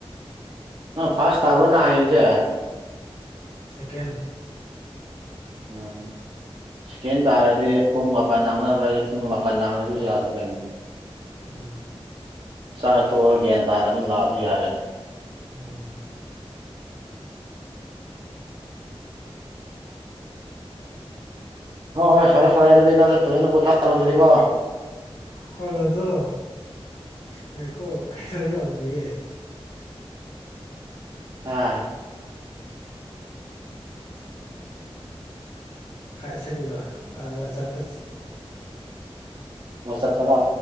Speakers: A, on the right; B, on the left.
A: ꯅꯡ ꯐꯥꯔꯁ ꯇꯥꯕꯅ ꯍꯥꯏꯁꯦ
B: ꯁꯀꯦꯟ
A: ꯎ ꯆꯦꯀꯦꯟ ꯇꯥꯔꯗꯤ ꯄꯨꯡ ꯃꯥꯄꯜ ꯅꯥꯡꯅꯕ ꯄꯨꯡ ꯃꯥꯄꯜ ꯅꯥꯡꯅꯗ ꯌꯥꯗꯔꯤ ꯀꯅꯤ
B: ꯎꯝ
A: ꯆꯥꯅꯊꯣꯛꯑꯒ ꯒ꯭ꯌꯥꯟ ꯇꯥꯅ ꯑꯗꯨꯝ ꯂꯥꯛꯑꯁꯨ ꯌꯥꯔꯦ
B: ꯎꯝ
A: ꯍꯣꯏ ꯍꯣꯏ ꯐꯔꯦ ꯐꯔꯦ ꯑꯗꯨꯗꯤ ꯅꯪꯁꯨꯦ ꯐꯖꯅ ꯄꯣꯊꯥꯔꯣ ꯑꯗꯨꯗꯤꯀꯣ
B: ꯍꯣꯜꯂꯣ ꯑꯗꯨꯔꯣ ꯉꯥꯏꯈꯣ ꯀꯩꯅꯣ ꯌꯥꯎꯗ꯭ꯔꯤꯌꯦ
A: ꯎꯝ <inaudible>
B: ꯥꯏꯁꯒꯂꯣ ꯑ ꯆꯞꯇ
A: ꯋꯥꯁꯞ ꯆꯗ